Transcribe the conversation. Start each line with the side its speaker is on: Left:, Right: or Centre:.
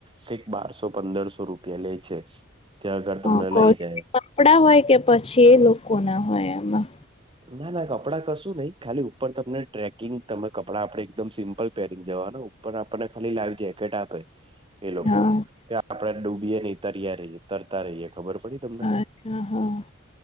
Right: કઈક બારસો પંદરસો રૂપિયા લે છે. ત્યાં આગર
Left: અ
Right: તમને
Left: કોટન
Right: લઈ જાય.
Left: કપડા હોય કે પછી એ લોકો ના હોય એમાં
Right: ના ના કપડાં કશું નહિ ખાલી ઉપર તમને ટ્રેકિંગ તમે કપડાં આપણેે એકદમ સિમ્પલ પહેરી જવાનુ પણ આપણને ખાલી લાવ જેકેટ આપે. એ લોકો
Left: હા
Right: કે આપડે ડૂબીએે નહી તર્યા રેય તરતા રેય ખબર પડી તમને
Left: અચ્છા હા